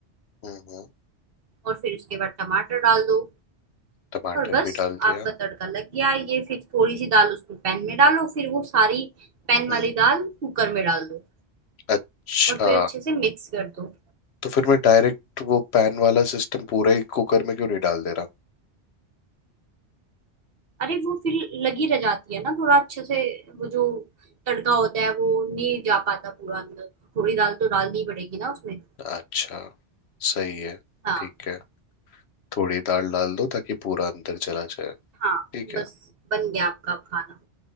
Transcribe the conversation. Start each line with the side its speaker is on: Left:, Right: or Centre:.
Left: हम्म, हम्म,
Right: और फिर उसके बाद टमाटर डाल दो
Left: टमाटर
Right: और बस
Left: भी डाल
Right: आपका
Left: दिया
Right: तड़का लग गया ये फिर थोड़ी सी दाल उसमें पैन में डालो फिर वो सारी पैन
Left: हम्म
Right: वाली दाल कुकर में डाल दो
Left: अच्छा
Right: और फिर अच्छे से मिक्स कर दो
Left: तो फिर मैं डायरेक्ट वो पैन वाला सिस्टम पूरा ही कुकर में क्यों नहीं डाल दे
Right: अरे वो फिर लगी रह जाती है ना थोड़ा अच्छे से वो जो तड़का होता है वो नहीं जा पाता पूरा अंदर थोड़ी दाल तो डालनी पड़ेगी ना उसमें
Left: रहा अच्छा सही है
Right: हाँ
Left: ठीक है थोड़ी दाल डाल दो ताकि पूरा अंदर चला जाए
Right: हाँ
Left: ठीक
Right: बस
Left: है
Right: बन गया आपका खाना